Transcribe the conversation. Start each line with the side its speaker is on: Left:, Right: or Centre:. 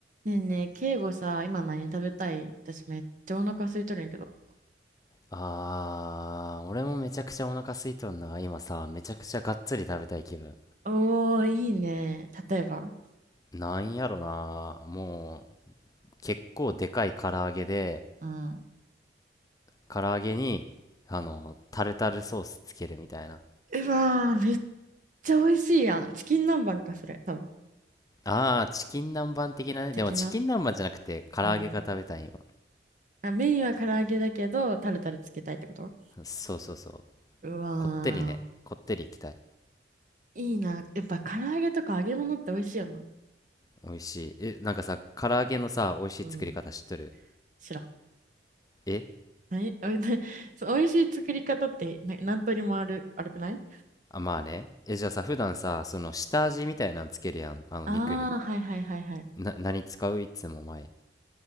Right: ねえねえ、敬語さ、今何食べたい私めっちゃお腹空いとるんやけど。
Left: あー、俺もめちゃくちゃお腹空いとんな。今さ、めちゃくちゃがっつり食べたい気分。
Right: おー、いいね。例えば
Left: なんやろな。もう、結構でかい唐揚げで、
Right: うん。
Left: 唐揚げに、あの、タルタルソースつけるみたいな。
Right: うわー、めっちゃ美味しいやん。チキン南蛮か、それ。多分。
Left: あー、チキン南蛮的なね。
Right: 的な。
Left: でもチキン南蛮じゃなくて、唐揚げが食べたい今。
Right: うん。あ、メインは唐揚げだけど、タルタルつけたいってこと
Left: そうそうそう。
Right: うわ
Left: こってりね。こってりいきたい。
Right: ー、いいな。やっぱ唐揚げとか揚げ物って美味しいよな。
Left: 美味しい。え、なんかさ、唐揚げのさ、美味しい作り方知っとる
Right: うん。知らん。
Left: え
Right: 何おいな <laughs> そう美味しい作り方ってな何通りもある、あるくない
Left: あ、まあね。え、じゃあさ、普段さ、その下味みたいなのつけるやん。あの肉に。
Right: ああー、はいはいはいはい。
Left: な何使ういつも前